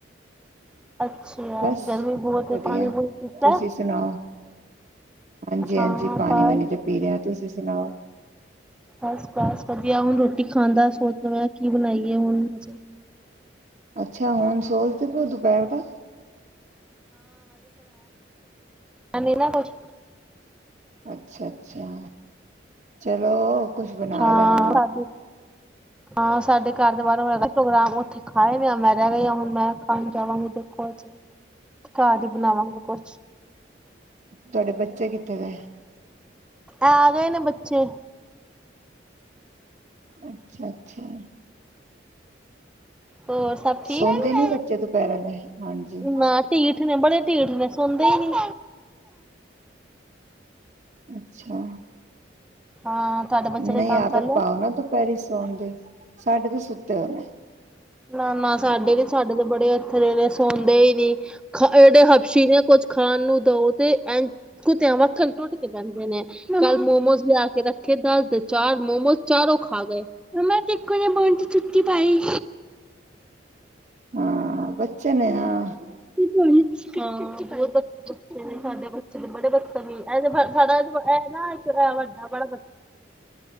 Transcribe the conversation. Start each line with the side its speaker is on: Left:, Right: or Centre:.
Centre: ਅੱਛਾ
Right: ਬਸ
Centre: ਗਰਮੀ ਬਹੁਤ ਹੈ
Right: ਵਧੀਆ,
Centre: ਪਾਣੀ ਪੂਣੀ ਪੀਤਾ
Right: ਤੁਸੀਂ ਸੁਣਾਓ? ਹਾਂਜੀ
Centre: ਹਾਂ
Right: -ਹਾਂਜੀ ਪਾਣੀ-
Centre: ਬਸ
Right: ਵਾਣੀ ਤੇ ਪੀ ਰਿਹਾ ਤੁਸੀਂ ਜਨਾਓ
Centre: ਬਸ -ਬਸ ਵਧੀਆ ਹੁਣ ਰੋਟੀ ਖਾਣ ਦਾ ਸੋਚ ਰਹੇ ਹਾ ਕਿ ਬਣਾਇਏ ਹਜੇ ਹੁਣ ਮੇ
Right: ਅੱਛਾ ਹੁਣ ਸੋਚਦੇ ਪਓ ਦੁਪਹਿਰ ਦਾ
Centre: ਹੈ ਨੀ ਨਾ ਕੁਛ
Right: ਅੱਛਾ -ਅੱਛਾ ਚਲੋ ਕੁਛ ਬਣਾ
Centre: ਹਾਂ
Right: ਲੈਣਾ
Centre: ਸਾ ਹਾਂ ਸਾਡੇ ਘਰ ਦੇ ਬਾਹਰ ਹੋਇਆ ਹੈ ਪ੍ਰੋਗਰਾਮ ਉੱਥੇ ਹਾਏ ਮ ਮੈਂ ਰਹਿ ਗਈ ਹੁਣ ਮੈਂ ਖਾਣ ਜਾਵਾਂਗੀ ਦੇਖੋ ਹਜੇ ਘਰ ਹੀ ਬਣਾਵਾਂਗੇ ਕੁਛ
Right: ਤੁਹਾਡੇ ਬੱਚੇ ਕਿੱਥੇ ਗਏ
Centre: ਐ ਆ ਗਏ ਨੇ ਬੱਚੇ।
Right: ਅੱਛਾ ਅੱਛਾ
Centre: ਹੋਰ ਸਭ ਠੀਕ
Right: ਸੌਦੇ ਨੀ ਬੱਚੇ ਦੁਪਹਿਰ ਆਲੇ ਹਾਂਜੀ
Centre: ਨਾ ਢੀਠ ਨੇ ਬੜੇ ਢੀਠ ਨੇ ਸੌਦੇ ਹੀ ਨੀ
Right: ਅੱਛਾ,
Centre: ਹਾਂ ਤੁਹਾਡੇ ਬੱਚੇ ਦਾ
Right: ਨਹੀਂ
Centre: ਕੰਮ
Right: ਆਦਤ
Centre: ਕਰ ਲਿਆ
Right: ਪਾਓ ਨਾ ਦੁਪਹਿਰੀ ਸੌਣ ਦੀ ਸਾਡੇ ਤੇ ਸੁੱਤੇ ਹੋਏ ਨੇ
Centre: ਨਾ ਨਾ ਸਾਡੇ ਵੀ ਸਾਡੇ ਤੇ ਬੜੇ ਹੱਥ ਦੇਦੇ ਸੌਦੇ ਹੀ ਨਹੀਂ। ਖ ਜਿਹੜੇ ਹਫਸ਼ੀ ਨੇ ਕੁੱਝ ਖਾਣ ਨੂੰ ਦੋ ਤੇ ਐ ਕੁੱਤਿਆਂ ਵੱਖਣ ਟੁੱਟ ਕੇ ਪੈਂਦੇ ਨੇ ਕੱਲ ਮੋਮੋਸ ਲਿਆ ਰੱਖੇ ਦਸ ਦੇ ਚਾਰ ਮੋਮੋਸ ਚਾਰੋਂ ਖਾ ਗਏ। ਮੈਂ ਤੇ ਇੱਕੋ ਜਹਾ ਬੋਣ ਚ ਛੁੱਟੀ ਪਾਈ।
Right: ਹਾਂ ਬੱਚੇ ਨੇ ਹਾਂ।
Centre: <inaudible> ਹਾਂ ਬ <unintelligible> ਸਾਡੇ ਬੱਚੇ ਤੇ ਬੜੇ ਬੱਚੇ ਸਾਡਾ ਨਾ ਵੱਡਾ ਬਾ